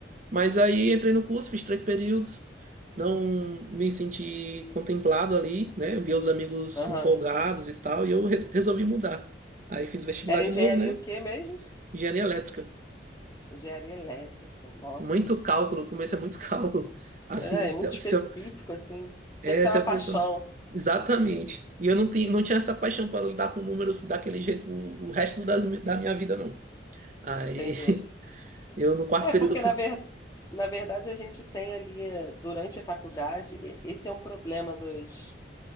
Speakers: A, on the right; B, on the left.
A: Mas aí entrei no curso, fiz três períodos, não me senti contemplado ali, né? Eu via os amigos
B: aham.
A: empolgados e tal, e eu re- resolvi mudar. Aí fiz vestibular
B: Era
A: de
B: engenharia
A: novo, né?
B: o quê mesmo?
A: Engenharia elétrica.
B: Engenharia elétrica, nossa.
A: Muito cálculo, o começo é muito <laughs> cálculo. Assim,
B: É,
A: se,
B: é muito
A: eu-
B: específico,
A: se, eu-
B: assim.
A: é,
B: Tem que ter
A: se
B: uma
A: a
B: paixão,
A: pessoa. Exatamente. E eu não, tinha não tinha essa paixão para lidar com números daquele jeito o resto das, mi- da minha vida, não. Aí
B: entende?
A: <laughs> eu no quarto
B: É,
A: período
B: porque
A: eu fui.
B: na ver... na verdade a gente tem ali, durante a faculdade, e- esse é um problema dos